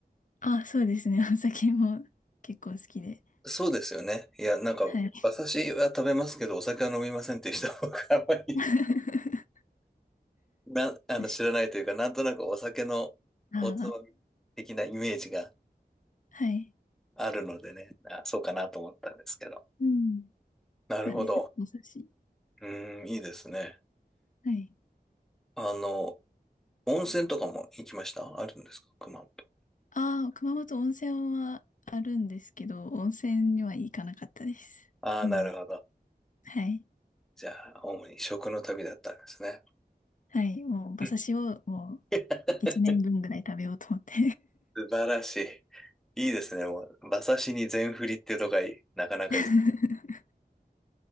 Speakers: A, on the left; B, in the centre.
A: あ、そうですね。<laughs> お酒も結構好きで。
B: そうですよね。いや、なんか、
A: はい。
B: 私は食べますけど、お酒は飲みませんっていう人僕あんまり
A: <laughs>
B: な、<laughs> あの、
A: 確か
B: 知らないというか、なんとなくお酒のおつまみ的なイメージが
A: ああ、はい。
B: あるのでね、あ、そうかなと思ったんですけど。
A: うん。
B: なるほど。
A: そうです。お寿司
B: うーん、いいですね。
A: はい。
B: あの、温泉とかも行きましたあるんですか熊本。
A: ああ、熊本温泉はあるんですけど、温泉には行かなかったです。
B: ああ、
A: うん
B: なるほど。
A: はい。
B: じゃあ、主に食の旅だったんですね。
A: はい。もう、馬刺しをもう、
B: うん <laughs>
A: 一年分ぐらい食べようと思って
B: 素晴らしい。いいですね。バサシに全振りってとかいなかなかいい。
A: <laughs>